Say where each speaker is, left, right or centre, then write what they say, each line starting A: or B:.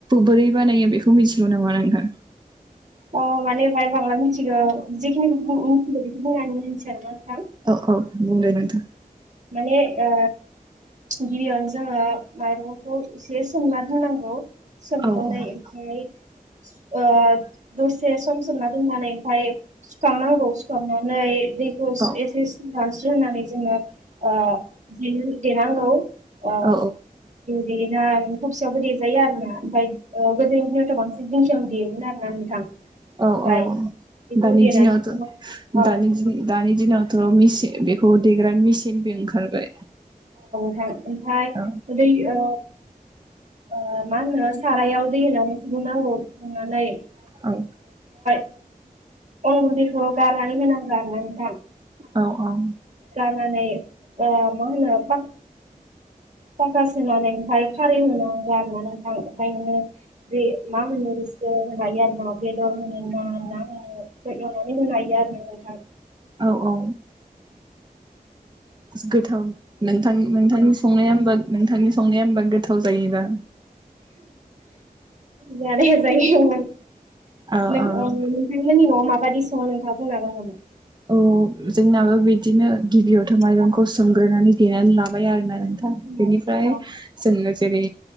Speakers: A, on the right; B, on the right.
A: बोरै बानायो बेखौ मिथिगौ नामा नोंथां?
B: अ माने बाय बांला मिथिगौ जेखिनिखौ मिथिगौ बेखौ बुंनानै होनिसै आरोना नोंथां।
A: औ औ बुंलाय नोंथां।
B: माने ओ गिबियावनो जोङो माइरंखौ एसे सोमना दोननांगौ। सोमनानै
A: औ औ
B: ओमफ्राय दसे सम सोमना दोननानै ओमफाय सुखांनांगौ सुखांनानै दैखौ
A: औ
B: एसे सिदानस्रि होननानै जोङो देनांगौ। ओ
A: औ
B: देजायो आरो ना ओमफ्राय गोदोनिदिनावथ' बांसिन दिंखियावनो देयोमोन आरो ना नोंथां।
A: औ
B: ओमफाय
A: औ
B: बेखौ
A: दानि
B: देनानै
A: दिनावथ'
B: औ
A: दानि दानि दिनाव थ' मेसिन बेखौ देग्रा मेसिनबो ओंखारबाय।
B: ओमफ्राय
A: औ
B: दै ओ ओ मा होनो सारायाव दै होनानै फुदुंनांगौ फुदुंनानै
A: औ
B: <unintelligible> अन उन्दैखौ गारनानै होनांगौ आरोना नोंथां।
A: औ औ
B: होनानै ओ मा होनो <unintelligible> ओमफ्राय खारै होनांगौ आरोना नोंथां ओमफ्राय नोङो जे मा होनो होनो हायो आरोना बेदर होनोना ना होनो एवनानै होनो हायो आरो नोंथां।
A: औ औ। गोथाव नोंथां नोंथांनि संनाया होमबा नोंथांनि संनाया होमबा गोथाव जायोदा?
B: जानाया जायो <unintelligible>
A: औ
B: नों नोंथांमोननि
A: औ
B: न'आव माबायदि सङो नोंथाङा बुंना हागोन नामा?
A: औ जोंनाबो बिदिनो गिबियावथ' माइरंखौ
B: हागोन
A: सोमग्रोनानै देनानै लाबाय आरो ना।
B: नामा?
A: बेनिफ्राय जोङो जेरै